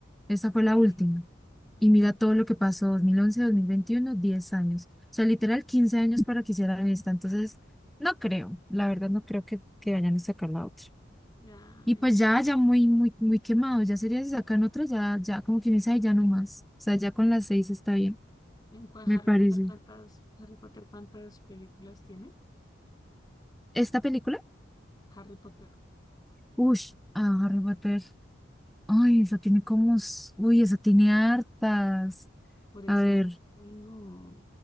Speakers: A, in the centre; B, on the left.
A: Esta fue la
B: Sí.
A: última. Y mira
B: Mm.
A: todo lo que pasó, dos dos mil once, dos mil veintiuno, diez años. O sea, literal 15 años para que hicieran esta. Entonces, no creo, la verdad no creo que, que vayan a sacar la otra.
B: Ay,
A: Y pues ya, ya muy, muy, muy quemado. Ya sería si sacan otra, ya, ya como quien dice, "Ay, ya no más. O sea, ya con las seis está bien
B: ¿en cuál
A: me
B: Harry
A: parece.
B: Potter cuántas, Harry Potter cuántas películas tiene?
A: Esta película,
B: Harry Potter.
A: Uy, a Harry Potter. Ay, esa tiene como. s- Uy, esa tiene hartas.
B: Por eso
A: A ver,
B: no,